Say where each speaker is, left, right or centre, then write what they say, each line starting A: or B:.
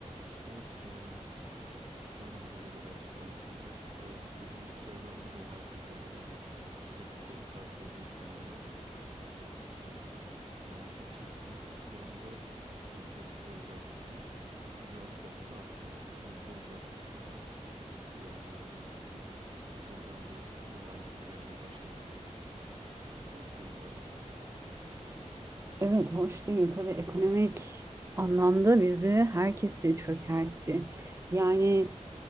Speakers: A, on the right (about 45°); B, on the right (about 25°).
A: Evet yani bende de öyle gerçekten Funda ve görüyorum ki çevremde de herkes öyle hani sürekli kredi kartlarına yükleniyorlar. Ee, yani geçim sıkıntısı şu anda ülkemizde özellikle dünyada da öyle de aslında ülkemizde özellikle şu an ee, çok sık görülen bir durum haline gelmeye başladı. Hiç hoş değil maalesef.
B: Evet, hoş değil. Tabii ekonomik anlamda bizi herkesi çökertti. Yani